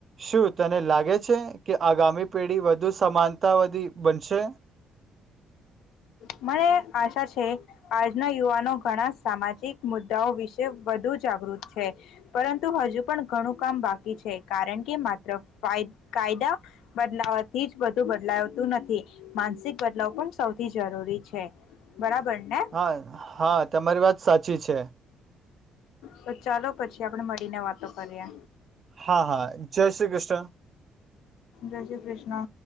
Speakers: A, on the right; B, on the left.
A: શું તને લાગે છે કે આગામી પેઢી વધુ સમાનતાવાદી બનશે?
B: મારે આશા છે આજના યુવાનો ઘણા સામાજિક મુદ્દાઓ વિશે વધુ જાગૃત છે પરંતુ હજુ પણ ઘણું કામ બાકી છે કારણ કે માત્ર કાયદા બદલાવથી જ વધુ બદલાવતું નથી માનસિક બદલાવ પણ સૌથી જરૂરી છે. બરાબર ને?
A: હા હા તમારી વાત સાચી છે.
B: તો ચાલો પછી આપડણે મળીને વાતો કરીએ.
A: હા હા જય શ્રી કૃષ્ણ.
B: જય શ્રી કૃષ્ણ.